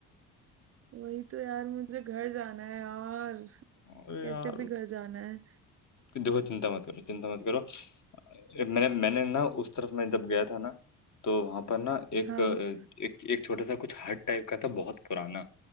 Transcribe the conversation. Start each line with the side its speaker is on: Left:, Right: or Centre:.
Right: वही तो यार मुझे घर जाना है यार
Left: अरे
Right: कैसे
Left: यार
Right: भी घर जाना है
Left: देखो चिंता मत करो चिंता मत करो मैंने मैंने ना उस तरफ मैं जब गया था ना तो वहां पर ना एक
Right: हाँ
Left: एक एक छोटा सा कुछ हट टाइप का था बहुत पुराना